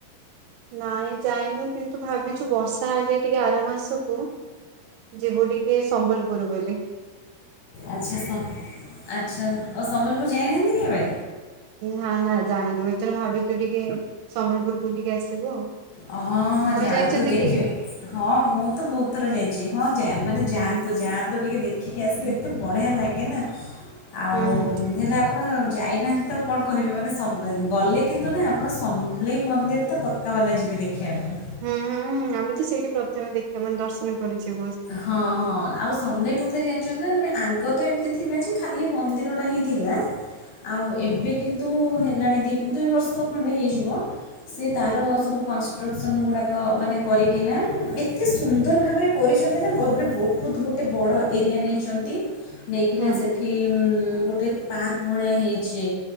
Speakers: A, on the right; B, on the left.
A: ନାଇଁ ଯାଇନୁ, କିନ୍ତୁ ଭାବିଚୁ ବର୍ଷା ହେଲେ ଟିକେ ଆର ମାସକୁ ଯିବୁ ଟିକେ ସମ୍ବଲପୁର ବୁଲି।
B: ଆଚ୍ଛା ସ ଆଚ୍ଛା ଓ ଓ ସମ୍ବଲପୁର ଯାଇନାହାନ୍ତି କେବେ?
A: ନାଁ ନାଁ ଯାଇନୁ, ଏଥର ଭାବିଚୁ ଟିକେ ସମ୍ବଲପୁରୁ ବୁଲିକି ଆସିବୁ ଆଉ।
B: ହଁ ହଁ
A: ଆପଣ
B: ଯାଆନ୍ତୁ
A: ଯାଇଛନ୍ତି
B: ଦେଖିବେ।
A: କି?
B: ହଁ ମୁଁ ତ ବୋହୁତ ଥର ଯାଇଚି। ହଁ ଯାଏ ମାନେ ଯାଆନ୍ତୁ
A: ହୁଁ
B: ଯାଆନ୍ତୁ ଟିକେ ଦେଖିକି ଆସିବେ
A: ହୁଁ
B: ଏତେ ବଢିଆ ଲାଗେ ନା ଆଉ
A: ହୁଁ ହୁଁ
B: ହେଲା ଆପଣ ଯାଇନାହାନ୍ତି ତ କଣ କହିବେ ମାନେ ସମ୍ବଲ ଗଲେ କିନ୍ତୁ ନାହିଁ ଆପଣ ସମଲେଇ ମନ୍ଦିର ତ ପକ୍କା ବାଲା ଯିବେ ଦେଖିବା ପାଇଁ।
A: ହୁଁ ହୁଁ ହୁଁ ଆମେ ତ ସେଇଠି ପ୍ରଥମେ ଦେଖିବା ମାନେ ଦର୍ଶନ କରିଯିବୁ।
B: ହଁ ହଁ ଆଉ ସମଲେଇ ମନ୍ଦିର ଜାଣିଚନ୍ତି ନା ମାନେ ଆଗ ତ ଏମିତି ଥିଲା ଯେ ଖାଲି ମନ୍ଦିରଟା ହିଁ ଥିଲା।
A: <inaudible>
B: ଆଉ ଏବେ କିନ୍ତୁ ହେଲାଣି ଦି ଦୁଇ ବର୍ଷ ଖଣ୍ଡେ ହେଇଯିବ। ସେ ତାର
A: ହୁଁ
B: ସବୁ କନଷ୍ଟ୍ରକ୍ସନ୍ ଗୁଡାକ ମାନେ କରିକିନା ଏତେ ସୁନ୍ଦର ଭାବରେ କରିଛନ୍ତି ନା ମାନେ ବହୁତ ଗୋଟେ ବଡ଼ ଏରିଆ ନେଇଛନ୍ତି, ନେଇକିନା
A: ହୁଁ
B: ସେ ଏଠି ଗୋଟେ ପାର୍କ ଭଳିଆ ହେଇଛି